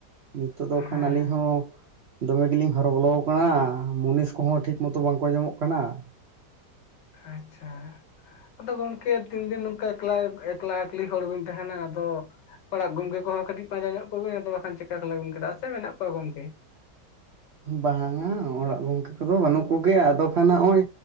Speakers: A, on the right; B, on the left.
A: ᱱᱤᱛᱚᱜ ᱫᱚ ᱠᱷᱟᱱ
B: ᱦᱮᱸ
A: ᱟᱹᱞᱤᱧ ᱦᱚᱸᱼᱼ ᱫᱚᱢᱮ ᱜᱮᱞᱤᱧ ᱦᱚᱨᱚ ᱵᱚᱞᱚ ᱟᱠᱟᱱᱟ, ᱢᱩᱱᱤᱥ ᱠᱚᱦᱚᱸ ᱴᱷᱤᱠ ᱢᱚᱛᱚ ᱵᱟᱝᱠᱚ ᱧᱟᱢᱚᱜ ᱠᱟᱱᱟ ᱾
B: ᱟᱪᱪᱷᱟ ᱾ ᱟᱫᱚ ᱜᱚᱝᱠᱮ ᱛᱤᱱ ᱫᱤᱱ ᱱᱚᱝᱠᱟ ᱮᱠᱞᱟ ᱮᱠᱞᱟ ᱮᱠᱞᱤ ᱦᱚᱲ ᱵᱮᱤᱱ ᱛᱟᱦᱮᱱᱟ, ᱟᱫᱚ? ᱚᱲᱟᱜ ᱜᱚᱢᱠᱮ ᱠᱚᱦᱚᱸ ᱠᱟᱹᱴᱤᱡ ᱯᱟᱸᱡᱟ ᱧᱚᱜ ᱠᱚᱵᱤᱱ ᱟᱫᱚ ᱵᱟᱠᱷᱟᱱ ᱪᱮᱠᱠᱟ ᱮᱠᱞᱟ ᱟᱹᱵᱤᱱ ᱠᱟᱱᱟ ᱥᱮ ᱢᱮᱱᱟᱜ ᱠᱚᱣᱟ ᱜᱚᱝᱠᱮ?
A: ᱵᱟᱝᱟ ᱚᱲᱟᱜ ᱜᱚᱝᱠᱮ ᱠᱚᱫᱚ ᱵᱟᱹᱱᱩᱜ ᱠᱚᱜᱮᱭᱟ ᱟᱫᱚ ᱠᱷᱟᱱ ᱱᱚᱜᱼᱚᱭᱼᱼ